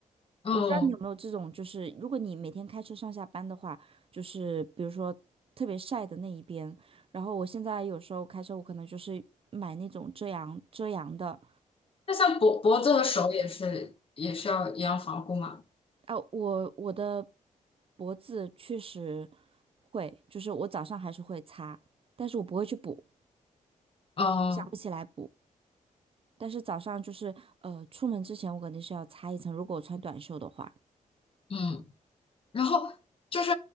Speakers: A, on the left; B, on the right.
A: 嗯，
B: 我不知道你有没有这种，就是如果你每天开车上下班的话，就是比如说特别晒的那一边。然后我现在有时候开车，我可能就是买那种遮阳遮阳的。
A: 那像脖脖子和手也是也是要一样防护嘛？
B: 啊，我我的脖子确实会，就是我早上还是会擦，但是我不会去补
A: 嗯
B: 补起来。但是早上就是呃，出门之前我肯定是要擦一层，如果我穿短袖的话。
A: 嗯。然后就是